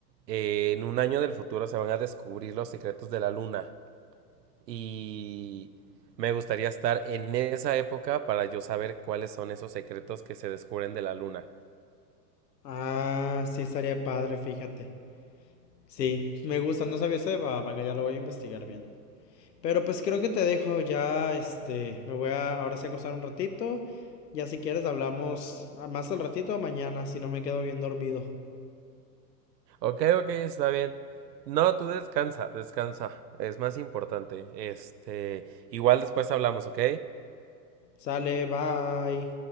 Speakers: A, on the right; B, on the left.
A: eh, en un año del futuro se van a descubrir los secretos de la luna y me gustaría estar en esa época para yo saber cuáles son esos secretos que se descubren de la luna.
B: Ah, sí estaría padre, fíjate. Sí, me gusta, no sabía eso de Bababanga, ya lo voy a investigar bien. Pero pues creo que te dejo ya, este, me voy a ahora sí a acostar un ratito. Ya si quieres hablamos ah, más al ratito o mañana, si no me quedo bien dormido.
A: Ok, ok, está bien. No, tú descansa, descansa. Es más importante. Este, igual después hablamos, ¿ok?
B: Sale, bye.